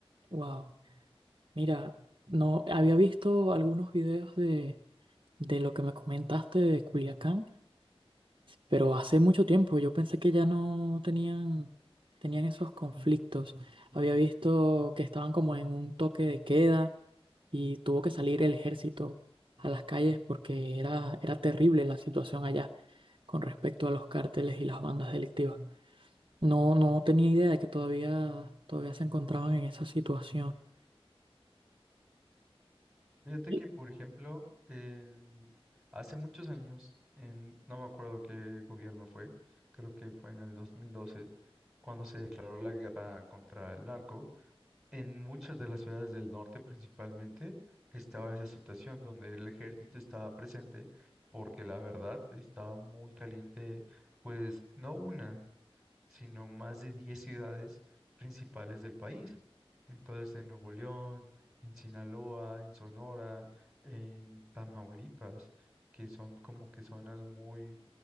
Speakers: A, on the right; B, in the centre.
A: wow. Mira, no había visto algunos videos de, de lo que me comentaste de Culiacán. Pero hace mucho tiempo yo pensé que ya no tenían, tenían esos conflictos. Había visto que estaban como en un toque de queda y tuvo que salir el ejército a las calles porque era, era terrible la situación allá con respecto a los cárteles y las bandas delictivas. No, no tenía idea de que todavía, todavía se encontraban en esa situación.
B: Fíjate
A: Y-
B: que, por ejemplo, en- hace muchos años, en, no me acuerdo qué gobierno fue, creo que fue en el 2012, cuando se declaró la guerra contra el narco En muchas de las ciudades del norte principalmente estaba esa situación donde el ejército estaba presente porque la verdad estaba muy caliente, pues no una, sino más de 10 ciudades principales del país. Entonces en Nuevo León, en Sinaloa, en Sonora, en Tamaulipas, que son como que zonas muy